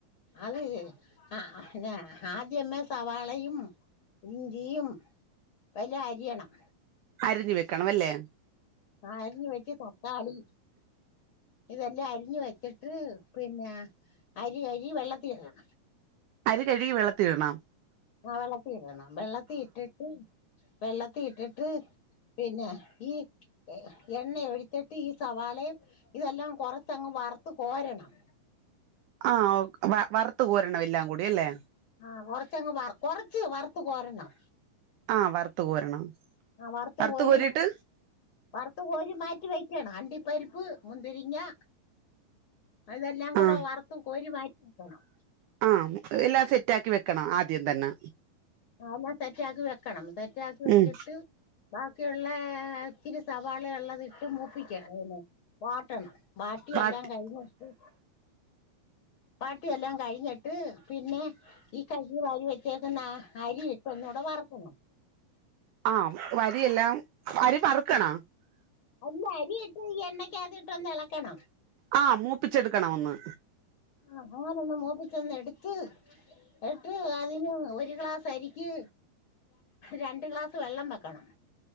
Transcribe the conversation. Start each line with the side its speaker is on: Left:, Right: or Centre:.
Left: അത് ആ ആദ്യമേ സവാളയും ഇഞ്ചിയും നല്ലോ അരിയണം
Right: അരിഞ്ഞു വെക്കണം അല്ലെ
Left: നനഞ്ഞു വെച്ചി തക്കാളി <unintelligible> ഇതെല്ലാം അറിഞ്ഞി വെച്ചിട്ട് പിന്നെ അരി കഴിവി വെള്ളത്തിണം
Right: അരി കഴുകി വെള്ളത്തിടണം
Left: ആ വെള്ളത്തി ഇടണം വെള്ളത്തി ഇട്ടിട്ട് വെള്ളത്തി ഇട്ടിട്ട് പിന്നെ ഈ എണ്ണ ഒഴിച്ചിട്ട് ഈ സവാളയും ഇതെല്ലാം കൊറച്ചങ്ങ് വറത്തു കോരണം
Right: ആ വ വറുത്ത കോരണം എല്ലാം കൂടി അല്ലേ
Left: ആ കൊറച്ചങ് വ കൊറച്ച് വറുത്ത കൊരണം
Right: ആ വറുത്ത് കോരണം
Left: ആ വറുത്തു
Right: വറുത്ത്
Left: കോരി
Right: കോരിട്ട്
Left: വറുത്തു കോരി മാറ്റി വെ അണ്ടി പരിപ്പ് മുന്തിരിങ്ങാ അതെല്ലാം കൂടെ
Right: ആ
Left: വറുത്തു കോരി മാറ്റി വെക്കണം
Right: ആ എല്ലാം സെറ്റാക്കി വെക്കണം ആദ്യം തന്നെ
Left: ആ എല്ലാം സെറ്റ് ആക്കി വെക്കണം സെറ്റാക്കി വെച്ചിട്ട്
Right: ഉം
Left: ബാക്കിയുള്ള ഇത്തിരി സവാള ഉള്ളത് ഇട്ട് മൂപ്പിക്കണം കിട്ടണം വാട്ടിയെല്ലാം
Right: ബാക്കി
Left: എല്ലാം കഴിഞ്ഞിട്ട് വാട്ടിയെല്ലാം കഴിഞ്ഞിട്ട് പിന്നെ ഈ കൈകി വാരി വെച്ചേക്കുന്ന അരി ഇട്ടൊന്ന് അത് വറക്കണം
Right: ആ വരിയെല്ലാം <unintelligible> വരി പറക്കണാ
Left: ഇല്ല അരിയിട്ട് ഈ എണ്ണക്ക്യാതിട്ട് ഒന്ന് ഇളക്കണം
Right: ആ മൂപ്പിച്ചെടുക്കണം ഒന്ന്
Left: ആ ഞാനൊന്ന് മോപ്പിചൊന്ന് എടുത്ത് എട്ട് അതിന് ഒരു ഗ്ലാസ് അരിക്ക് രണ്ട ഗ്ലാസ് വെള്ളം വെക്കണം